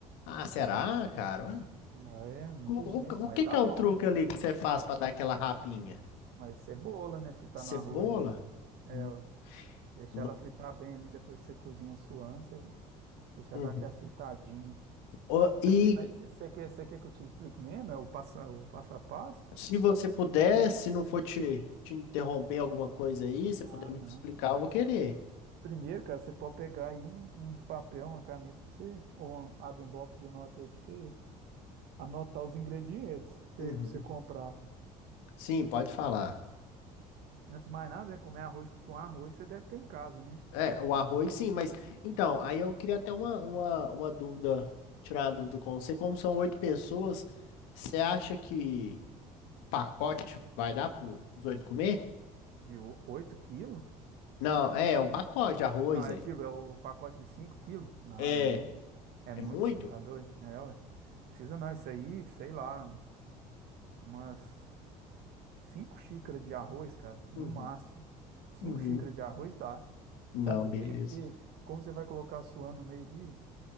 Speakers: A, on the left; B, on the right.
A: Ah, será, cara? Ué,
B: Ah, É, muita
A: O,
B: gente,
A: o,
B: mas
A: o que
B: tá
A: que é
B: bom.
A: o truque ali que você faz pra dar aquela rapinha?
B: Mas cebola, né? Fritar
A: Cebola?
B: no arroz. É,
A: Hum.
B: ué. Deixar
A: Não.
B: ela fritar bem ali depois que você cozinha a sua ânsia. Deixa
A: Uhum.
B: eu dar aquela fritadinha.
A: Ô, E
B: Aqui, mas você você quer, você quer que eu te explique mesmo? É o passo, o passo a passo?
A: Se você puder, se não for te, te interromper alguma coisa aí, você
B: Ah,
A: puder me
B: não.
A: explicar, eu vou querer.
B: Primeiro, cara, você pode pegar aí um, um papel, uma caneta pra você, ou um- abre um bloco de notas aí pra você anotar os ingredientes pra você,
A: Uhum.
B: pra você comprar.
A: Sim, pode falar.
B: Antes de mais nada, né, comer arroz com arroz, você deve ter em casa, né?
A: É, o arroz, sim, mas então, aí eu queria até uma, uma, uma dúvida, tirar uma dúvida com você. Como são oito pessoas, você acha que pacote vai dar para os oito comer?
B: De o- 8 quilos?
A: Não, é, é um pacote de arroz
B: Não, é,
A: aí.
B: digo, é o pacote de 5 quilos? Não,
A: É,
B: é muito. É
A: é
B: muito,
A: muito?
B: senhor, tá doido? É, ué. Precisa não, isso aí, sei lá, umas Cinco xícaras de arroz, cara, no
A: Uhum,
B: máximo. Cinco
A: uhum.
B: xícaras de arroz dá.
A: Não,
B: Sabe por
A: beleza.
B: quê? Porque como você vai colocar a suã no meio ali,